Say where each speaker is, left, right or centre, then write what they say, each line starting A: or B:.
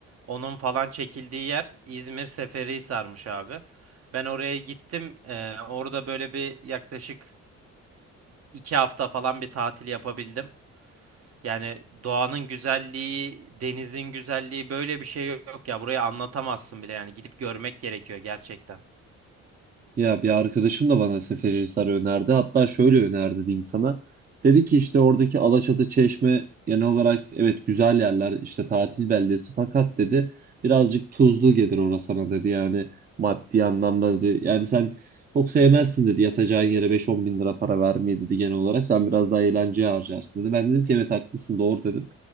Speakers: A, on the right; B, on the right.
A: Onun falan çekildiği yer İzmir Seferihisar'mış abi. Ben oraya gittim. E, orada böyle bir yaklaşık iki hafta falan bir tatil yapabildim. Yani doğanın güzelliği, denizin güzelliği böyle bir şey yok ya. Burayı anlatamazsın bile yani. Gidip görmek gerekiyor gerçekten.
B: Ya bir arkadaşım da bana Seferihisar önerdi. Hatta şöyle önerdi diyeyim sana. Dedi ki işte oradaki Alaçatı, Çeşme genel olarak evet güzel yerler işte tatil beldesi fakat dedi birazcık tuzlu gelir orası sana dedi yani maddi anlamda dedi. Yani sen çok sevmezsin dedi yatacağın yere 5-10 bin lira para vermeyi dedi genel olarak sen biraz daha eğlenceye harcarsın dedi. Ben dedim ki evet haklısın doğru dedim.